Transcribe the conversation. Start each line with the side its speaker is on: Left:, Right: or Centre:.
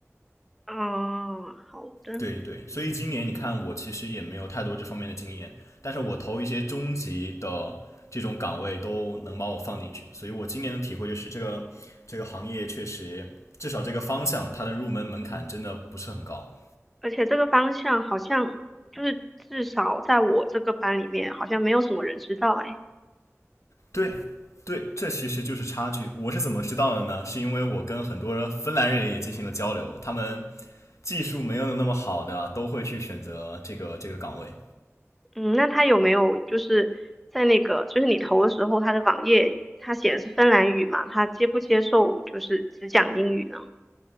Centre: 哦，好的。
Left: 对对，所以今年你看，我其实也没有太多这方面的经验，但是我投一些中级的这种岗位都能把我放进去，所以我今年的体会就是这个这个行业确实，至少这个方向它的入门门槛真的不是很高。
Centre: 而且这个方向好像就是至少在我这个班里面，好像没有什么人知道哎。
Left: 对对，这其实就是差距。我是怎么知道的呢？是因为我跟很多人芬兰人也进行了交流，他们技术没有那么好的都会去选择这个这个岗位。
Centre: 嗯，那他有没有就是在那个就是你投的时候，他的网页他写的是芬兰语嘛？他接不接受就是只讲英语呢？